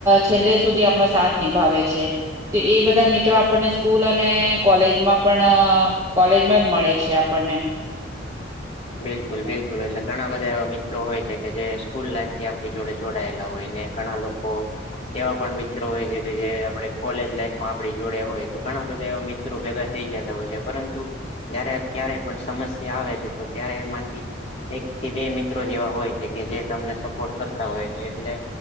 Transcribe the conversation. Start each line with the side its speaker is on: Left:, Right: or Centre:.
Right: છેલ્લે સુધી આપણો સાથ નિભાવે છે. તો એ બધા મિત્રો આપણને સ્કૂલ અને કોલેજમાં. પણ કોલેજમાં જ મળે છે આપણને.
Left: બિલકુલ બિલકુલ એટલે ઘણા બધા એવા મિત્રો હોય છે કે જે સ્કૂલ લાઈફ થી આપણી જોડે જોડાયેલા હોયને ઘણા લોકો. લોકો. એવા પણ મિત્રો હોય છે કે જે આપ કોલેજ લાઈફમાં આપ જોડે હોય તો ઘણા બધા એવા મ્ર. ભેગા થઈ જતા હોય છે પરંતુ જયારે ક્યારેય પણ સમસ્યા આવે છે. ત્યારે એમાંથી. એક થી બે મિત્રો જેવા હોય છે કે જે તમને સપોર્ટ કરતા હોય છે એટલે.